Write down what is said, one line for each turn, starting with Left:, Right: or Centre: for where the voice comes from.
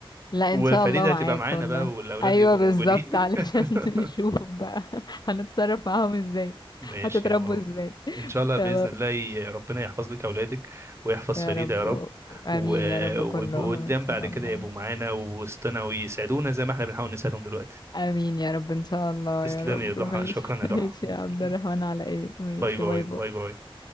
Left: لا
Right: وفريده
Left: ان شاء الله معاك
Right: هتبقى معانا
Left: والله
Right: بقى والاولاد
Left: ايوه
Right: يبقوا
Left: بالظبط
Right: موجودين <laughs>
Left: علشان <laughs> نشوف بقى هنتصرف معاهم ازاي
Right: ماشي
Left: هتتربوا
Right: يا ماما
Left: ازاي
Right: ان
Left: <laughs>
Right: شاء الله
Left: خلاص
Right: باذن الله ي- ربنا يحفظ لك اولادك ويحفظ
Left: يا
Right: فريدة
Left: رب
Right: يا رب
Left: امين
Right: و-
Left: يا رب
Right: ويبقوا
Left: كلهم
Right: قدام
Left: ان
Right: بعد
Left: شاء
Right: كده
Left: الله
Right: يبقوا معانا ووسطنا ويسعدونا زي ما احنا بنحاول نساعدهم دلوقتي
Left: امين يا رب ان شاء الله
Right: تسلمي
Left: يا رب
Right: يا ضحى
Left: ماشي
Right: شكرا
Left: <laughs>
Right: يا ضحى
Left: ماشي
Right: <laughs>
Left: يا عبد الرحمن على ايه ماشي
Right: باي باي
Left: باي باي
Right: باي باي